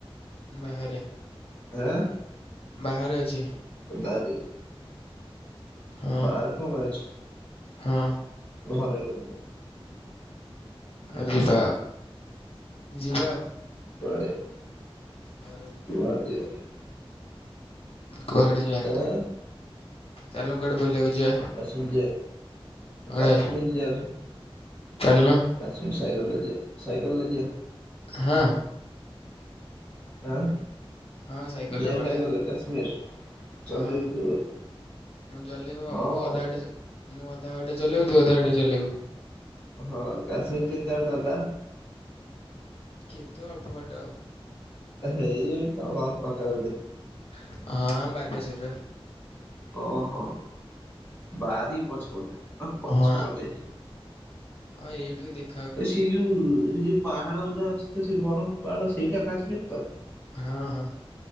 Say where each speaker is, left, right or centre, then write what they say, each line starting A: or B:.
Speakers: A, on the left; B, on the left.
A: ବାହାରେ।
B: ଆଁ।
A: ବାହାରେ ଅଛି।
B: ପ ତାାଦ <inaudible>
A: ହଁ
B: ବାହାରେ କଣ ପାଇଁ ଅଛୁ।
A: ହଁ।
B: ଘରେ ରହୁନୁ।
A: ଆ
B: ଆଁ
A: ଯିବା ଯିବା ଆଉ।
B: କୁଆଡେ <unintelligible>
A: ଘରକୁ କୁଆଡ଼େ ଯିବା
B: ଆଁ
A: ଚାଲୁନୁ କୁଆଡେ ବୁଲିବାକୁ ଯିବା।
B: ଆସୁନୁ ଜିଆ
A: ଅଳେଇ
B: କାଶ୍ମୀର ଜିଆ
A: ଚାଲୁନ
B: ଆସୁନୁ। ସାଇକେଲରେ ଯିବା।
A: ହଁ।
B: ଆଁ।
A: ହଁ ସାଇକେଲରେ
B: ଯିବା
A: ପଳେଇଆ
B: କାଶ୍ମୀର ଚଲେଇବୁ
A: ହଁ।
B: ତୁ ଆଉ
A: ମୁଁ ଚଲେଇବ
B: ହଁ
A: ମୁଁ ଅଧାବାଟେ ମୁଁ ଅଧା ବାଟେ ଚଲେଇବୁ ତୁ ଅଧା ବାଟେ ଚଲେଇବୁ।
B: ହଁ କାଶ୍ମୀର କେତେବାଟ ହେଲା।
A: କେତେ ଅଳ୍ପବାଟ ଆଉ।
B: ଇ ଏ ତ ବପ କରେନ୍ତି <unintelligible>
A: ହଁ <unintelligible> ଭାରପେଶ
B: ଓହୋ ବାରି ପଛପଟେ ନା ପଛପଟେ।
A: ହଁ ହଁ ଏଇଠୁ ଦେଖ
B: ସେ ଯୋଉ ସେ ଯୋଉ ପାହାଡ ଗୁଡା ଅଛି ତ ସେ ବରଫ ପାହାଡ ସେଇଟା କାଶ୍ମୀର ତ।
A: ହଁ ହଁ।